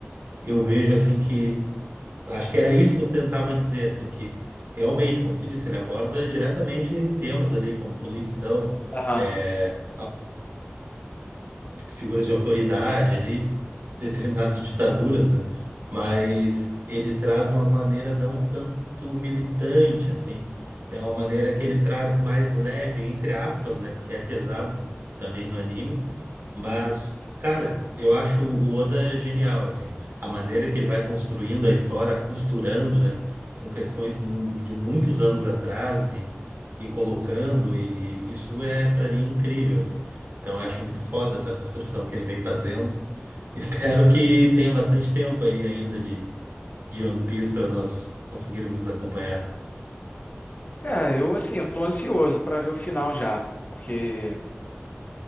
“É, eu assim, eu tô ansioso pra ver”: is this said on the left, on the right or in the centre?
Left